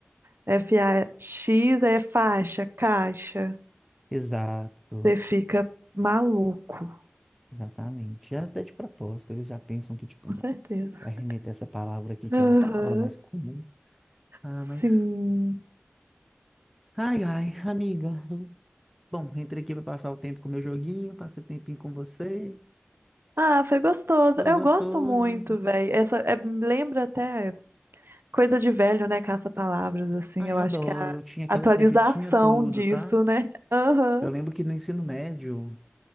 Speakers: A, on the right; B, in the centre.
A: f a x é faixa, caixa.
B: Exato,
A: Você fica maluco.
B: exatamente. Já até de propósito, eles já pensam que, tipo,
A: Com
B: não,
A: certeza.
B: vai remeter essa palavra aqui, que
A: Aham.
B: é uma palavra mais comum. Ah,
A: Sim.
B: mas. Ai, ai, amiga. Bom, entrei aqui pra passar o tempo com o meu joguinho, passei o tempinho com você.
A: Ah, foi gostoso.
B: Foi
A: Eu
B: gostoso.
A: gosto muito, velho. Essa é- lembra até a Coisa de velho, né? Caça-palavras, assim.
B: Ai,
A: Eu
B: adoro.
A: acho que é a
B: Eu tinha aquelas
A: atualização
B: revistinhas tudo,
A: disso,
B: tá?
A: né? Aham.
B: Eu lembro que no ensino médio,